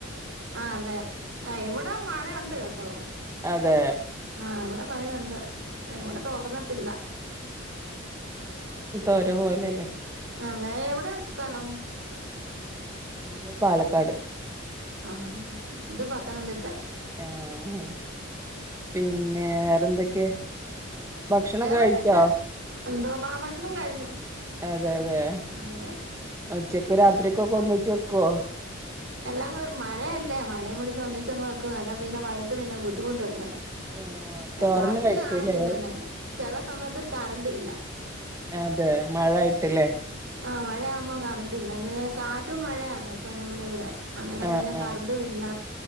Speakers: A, on the right; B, on the right.
A: ആ അതെ ആ ഇവിട മഴയ ഉണ്ട് കേട്ടോ
B: അതെ
A: ആഹ് ഇവിടെ മഴയുണ്ട്
B: ആഹ്
A: ഇവിടെ
B: ആഹ്
A: തോർന്നിട്ടില്ല
B: ോരോ പോലെല്ലേ
A: അതെ എവിടെ സ്ഥലം
B: ഞങ്ങള് പാലക്കാട്
A: ആഹ് ഇത് പത്തനംതിട്ട
B: ആഹ് പിന്നെ വേറെന്തൊക്കെ ഭക്ഷണൊക്കെ
A: വേറെൊന്ന
B: കഴിച്ചോ
A: ഇല്ല എന്തോ ആ ഭക്ഷണം കഴിഞ്ഞു
B: അതെ അതെ
A: അതെ
B: ഒച്ചക്ക് രാത്രിക്കൊക്കെ ഒന്നച്ച് വെക്കുവോ
A: എല്ലാം കൂടി മഴയല്ലേ മഴ മുടിച്ച് ഒന്നിച്ചങ്ങ് വെക്കും എല്ലാം പിന്നെ വഴിട്ട് പിന്നെ ബുദ്ധിമുട്ടല്ലേ
B: ആഹ് ചോറന്നെ
A: കറണ്ട്
B: കഴിക്കൂല്ലേ
A: കാണത്തില്ലെന്ന ചില സമയത്ത് കറണ്ട് ഇല്ല
B: അതെ മഴ ആയിട്ടില്ലേ
A: ആ മഴയാകുമ്പോൾ കറണ്ടില്ല <unintelligible> കാറ്റും മഴയാണ് ഇപ്പ നമ്മുടെ ഇവിടെ അന്നേരം
B: ആഹ്
A: പിന്നെ കരണ്ട്
B: ആഹ്
A: ഇല്ല